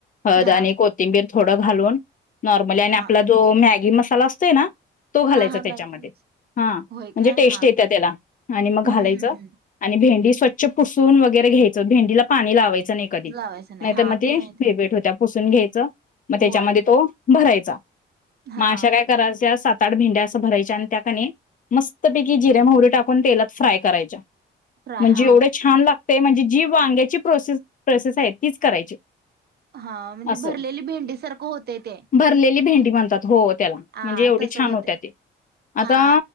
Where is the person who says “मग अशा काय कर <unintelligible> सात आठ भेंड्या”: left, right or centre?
Left